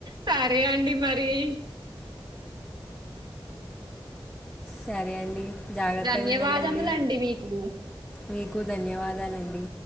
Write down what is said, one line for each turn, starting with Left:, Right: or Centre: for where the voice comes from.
Right: సరే అండి మరి - <unintelligible> <inaudible>
Centre: సరే అండి జాగ్రత్తగా
Right: ధన్యవాదములండి
Centre: ఉండండి
Right: మీకు
Centre: మీకు ధన్యవాదాలండి